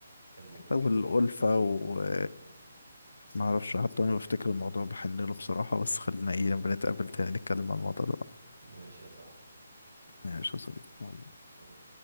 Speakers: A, on the right; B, on the left.
A: كان موجود
B: والألفة
A: فيه اكتر بكتير
B: وما
A: مم.
B: أعرفش حتى أنا بفتكر الموضوع بحن له بصراحة بس خلينا إيه لما نتقابل تاني نتكلم عن الموضوع ده بقى
A: ماشي يا صاحبي
B: ماشي يا صديقي
A: بس